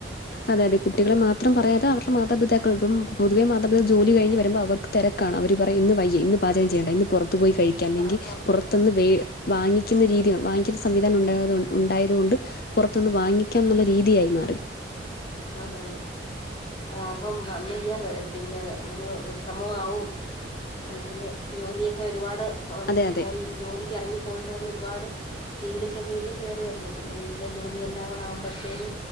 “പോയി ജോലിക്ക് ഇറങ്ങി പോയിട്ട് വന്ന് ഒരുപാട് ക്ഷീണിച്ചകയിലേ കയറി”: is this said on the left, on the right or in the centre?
Left